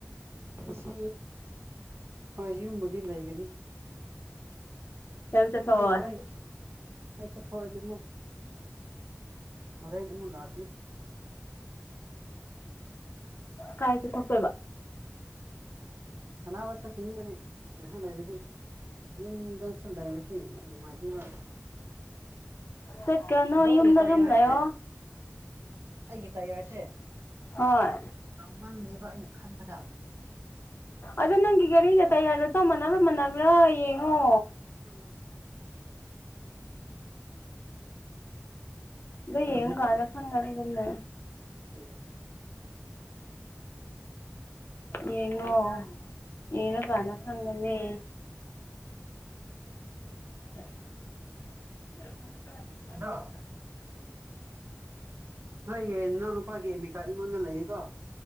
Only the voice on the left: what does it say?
ꯀꯩꯝ ꯆꯠꯊꯣꯛꯑꯣꯏ
ꯀꯥꯏ ꯆ ꯊꯛ
ꯆꯠꯀꯅꯣ
ꯌꯨꯝꯗ
ꯑꯗꯨꯝ
ꯂꯩꯌꯣ
ꯍꯣꯏ
ꯑꯗ ꯅꯪꯒꯤ ꯒꯥꯔꯤꯁꯦ ꯇꯩ ꯍꯥꯏꯔ ꯆꯞ ꯃꯥꯟꯅꯕ꯭ꯔꯥ ꯃꯥꯟꯅꯕ꯭ꯔꯥ ꯌꯦꯡꯉꯣ
ꯏꯗꯣ ꯌꯦꯟ
ꯀꯂ
ꯐꯒ ꯑꯗꯨꯟꯅ
ꯌꯦꯡꯉꯣ ꯌꯦꯡꯉꯀꯥꯟꯗ ꯈꯪꯒꯅꯤ
ꯑ